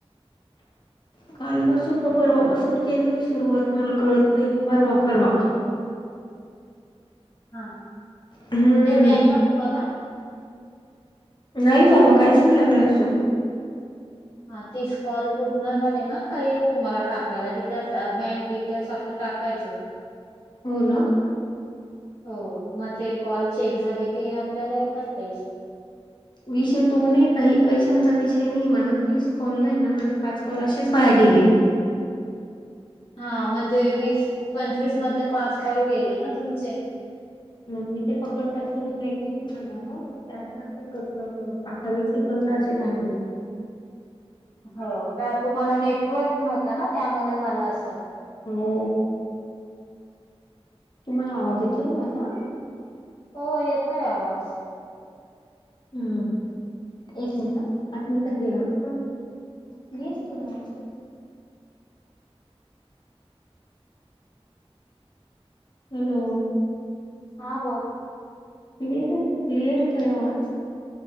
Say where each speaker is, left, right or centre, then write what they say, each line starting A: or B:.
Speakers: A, on the left; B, on the left.
A: कालपासून का परवापासून केेले मी सुरुवात मला कळत नाही परवा परवा.
B: हा.
A: हम्म
B: ते बँगा ठेवायला.
A: नाही बाबा. काहीच नाही आलंय अजून.
B: हा तीस कॉल पूर्ण झाले ना, काय येईल तुम्हाला टाकायला? तिथे बँक डिटेल्स आपलं टाकायचं. <inaudible>
A: हो ना.
B: हो. मग ते कॉल चेक झाले की आपल्याला येतात पैसे.
A: विषय तो नाही काई पैशांचा विषय नाही. मला तीस कॉल नाही ना माझे पाच कॉल असेच वाया गेले.
B: हा म्हणजे वीस, पंचवीस मधले पाच कॉल गेले ना तुमचे.
A: म्हणजे ते पकडतात की नाही माहिती नाही मला. त्यांना तिकडन अट्टाविस सेकंद असे झाले.
B: हो का. तुम्हाला नेटवर्क नव्हता ना. त्यामुळे झालं असेल.
A: हो. तुम्हाला आवाज येतोय माझा?
B: हो येतोय आवाज.
A: हम्. एक मिनिट ह. पाच मिनिटात दे ह. <unintelligible> हॅलो.
B: हा बोल.
A: क्लियर हे क्लिअर येतोय आवाज?